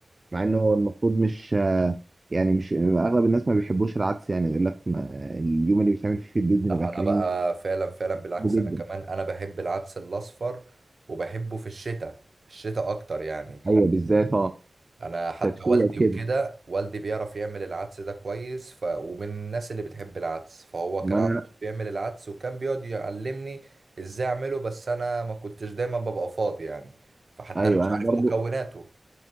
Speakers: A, on the right (about 35°); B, on the right (about 55°).
A: مع انه هو المفروض مش آه، يعني مش اغلب الناس ما بيحبوش العدس يعني يقول لك ما... اليوم اللي بيتعمل فيه في البيت بنبقى
B: لا انا
A: كارهين
B: بقى فعلا فعلا بالعكس
A: بحبه
B: انا
A: جدا
B: كمان انا بحب العدس الاصفر وبحبه في الشتاء الشتاء اكتر يعني
A: ايوه بالذات اه
B: انا حتى
A: تدفئه
B: والدي
A: كده
B: وكده والدي بيعرف يعمل العدس ده كويس ف... ومن الناس اللي بتحب العدس فهو
A: ما
B: كان على
A: انا
B: طول بيعمل العدس وكان بيقعد يعلمني ازاي اعمله بس انا ما كنتش دايما ببقى فاضي يعني فحتى
A: ايوه
B: انا مش
A: انا
B: عارف
A: برضو
B: مكوناته